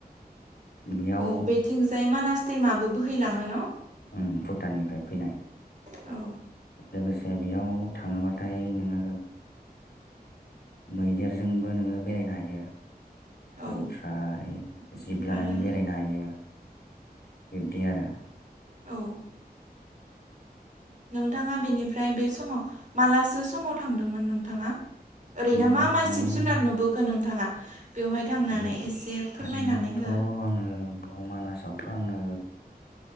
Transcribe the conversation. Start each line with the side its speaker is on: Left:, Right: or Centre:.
Left: बेयाव
Right: अ बेथिंजाय मानास दैमाबो बोहैलाङो न'
Left: उ भुटाननिफ्राय फैनाय
Right: औ
Left: लोगोसे बेयाव थाङोबाथाय नोङो मैदेरजोंबो नोङो बेरायनो हायो
Right: औ
Left: ओमफ्राय जिब लानानै
Right: आरो
Left: बेरायनो हायो बिब्दि आरो
Right: औ नोंथाङा बेनिफ्राय बे समाव मालासो समाव थांदोंमोन नोंथाङा ओरैनो
Left: थां
Right: मा मा
Left: थांनाय
Right: जि सिब जुनार नुबोखो नोंथाङा बेवहाय थांनानै
Left: बेयाव
Right: एसे फोरमायनानै
Left: थांनायावथ'
Right: हो
Left: आङो बेयाव मानासावथ' आङो